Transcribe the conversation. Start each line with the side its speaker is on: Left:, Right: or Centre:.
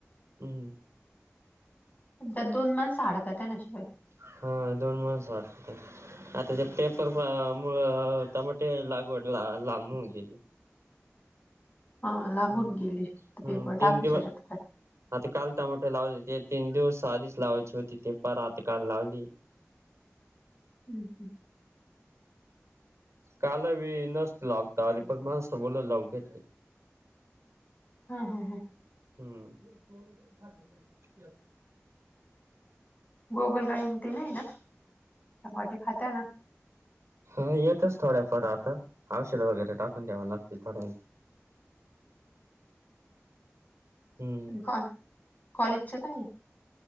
Right: हम् हम
Left: स्या दोन माणसडकत आहे ना शिवाय
Right: हा दोन माण वाटते आता ते पेपर मुळ टमाटे लागवड ला लांब होून गेले
Left: ह लांबून
Right: हम्म
Left: गेली तर
Right: हम्म
Left: पेपर टाकायच्या
Right: तीन दिवस
Left: त्यातला
Right: आता काल टमाटे लावले ते तीन दिवस आधीच लावायची होती ते पार आता काल लावली
Left: हम् हम्
Right: काल ब नसते लावता अरे पण माणसं बोोल लावून घेतली
Left: हा हा हा
Right: हम्म
Left: गोगल गाईन ते नाही नाट खात्या ना
Right: हा येतच थोड्याफार आता औषध वगैरे टाकून द्याव लागते थोड्या हम्म
Left: ह् कॉलेजच काय